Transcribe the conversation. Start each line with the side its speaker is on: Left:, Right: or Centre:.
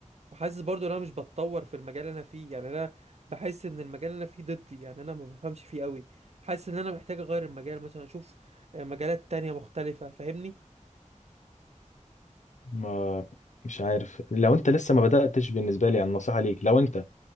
Right: وحاسس برضو ان انا مش بتطور في المجال اللي انا فيه يعني انا بحس ان المجال اللي انا فيه ضدي يعني انا ما بفهمش فيه قوي حاسس ان انا محتاج اغير المجال مثلا اشوف آه، مجالات تانية مختلفة فاهمني
Left: ما مش عارف لو انت لسه ما بداتش بالنسبه لي يعني نصيحه ليك لو انت